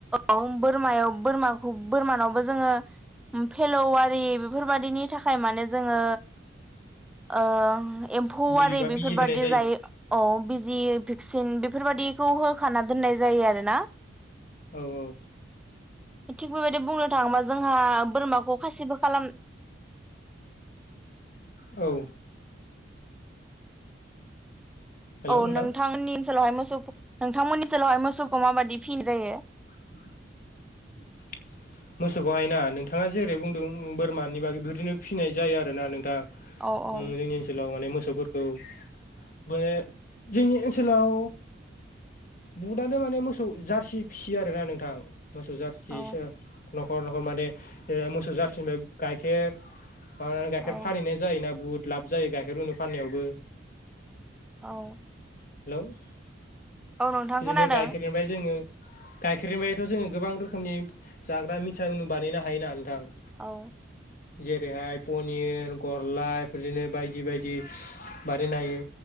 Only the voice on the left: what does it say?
मुलि
बा
बिजि होनाय
औ औ
औ हेलौ
नोंथां
<unintelligible> मोसौखौहाय ना नोंथाङा जेरै बुंदों बोरमानि बागै बेदिनो फिसिनाय जायो आरोना नोंथां।
ओ जोंनि ओनसोलाव माने मोसौफोरखौ बे जोंनि ओनसोलाव बुटआनो माने मोसौ जारसि फिसियो आरोना नोंथां। मोसौ जारसिसो
न'खर न'खर माने मोसौ जारसिनिफ्राय गाइखेर । माबानानै गाइखेर
फानहैनाय जायोना बुहुत लाब जायो गाइखेर रुनु फाननायावबो ।
हेलौ बिदिनो
गाइखेरनिफ्राय जोङो गाइखेरनि बायथ' जोङो गोबां रोखोमनि जाग्रा मिथा बानायनो हायोना नोंथां।
जेरैहाय पनिर गरलाफोरदिनो बायदि बायदि बानायनो हायो।